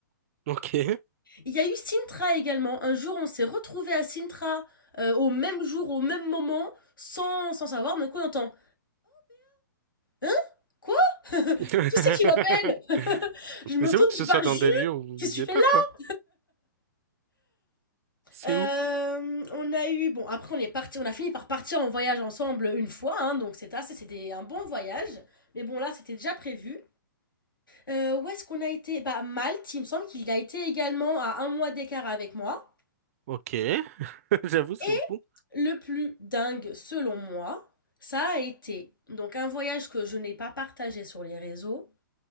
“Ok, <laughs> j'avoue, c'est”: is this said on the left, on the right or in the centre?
Right